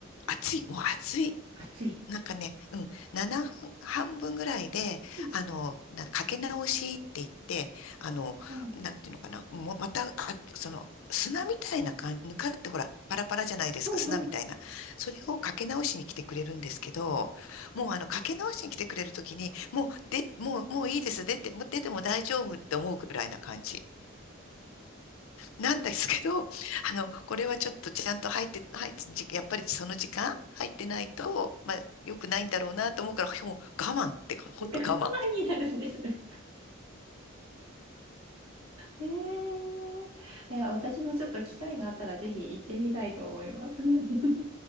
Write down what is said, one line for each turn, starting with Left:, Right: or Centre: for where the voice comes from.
Left: 暑い。もう暑い。
Right: 暑い
Left: なんかね、うん、7分、半分ぐらいで、
Right: うん
Left: あの、なかけ直しって言って、あの、
Right: うん
Left: なんていうのかな、もうまた、あ、その、砂みたいな感じ、ぬかってほら、パラパラじゃないですか、
Right: うんうん
Left: 砂みたいな。それをかけ直しに来てくれるんですけど、もうあの、かけ直しに来てくれるときに、もう、で、もう、もういいです、出て、もう出ても大丈夫って思うぐらいな感じ。なんですけど、<laughs> あの、これはちょっとちゃんと入って、はい、じやっぱりその時間入ってないと、まあ、良くないんだろうなと思うから、<laughs> ほん我慢ってか、本当我慢。
Right: 我慢 <laughs> になるんですねええいや、私もちょっと機会があったらぜひ行ってみたいと思います。<laughs>